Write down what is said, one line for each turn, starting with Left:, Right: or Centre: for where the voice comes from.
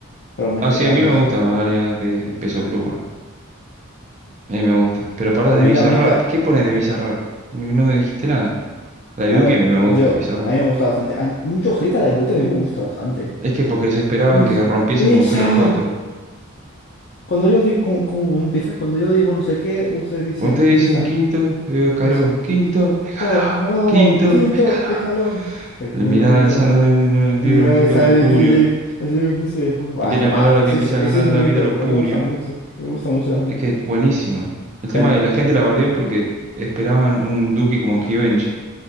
Left: para los mexicanos,
Right: no sí, a mí me gustan
Left: ¿eh?
Right: varias de Peso Pluma. A mí me gusta. Pero pará,
Left: A
Right: de
Left: mí
Right: Bizarrap.
Left: la única.
Right: ¿Qué pones de Bizarrap? Porque No me dijiste nada. La de
Left: A
Right: Duki
Left: ver,
Right: a mí me gusta
Left: yo.
Right: de Bizarrap.
Left: A mí me gusta bastante. Hay mucho hate a la de Duque, a mí me gusta bastante.
Right: Es que porque se esperaban
Left: Besa.
Right: que rompiese
Left: Besa.
Right: como Hello Coto.
Left: Cuando yo digo, ¿cómo, cómo- cómo empieza? Cuando yo digo no sé qué, ustedes dicen
Right: Cuando ustedes
Left: visa.
Right: dicen quinto eh, escalón,
Left: Eso.
Right: quinto escalón,
Left: Todo, escalón,
Right: quinto
Left: quinto
Right: escalón.
Left: escalón. El primero
Right: El mirar
Left: botón.
Right: Alessandro el
Left: El
Right: tiro,
Left: mío
Right: no
Left: de
Right: sé
Left: sale
Right: cuánto junio.
Left: de Kille. ha sido el 15 de junio. Guau,
Right: Pequeña
Left: temazo.
Right: palabra
Left: Ese
Right: que empieza
Left: es, ese
Right: a ganar
Left: es muy
Right: la vida
Left: top.
Right: a los
Left: Me
Right: purios.
Left: gusta mucho. Me gusta mucho también.
Right: Es que es buenísima. El tema
Left: Tan-
Right: de la gente
Left: eh,
Right: la bardeó porque esperaban un Duki como Givenchy.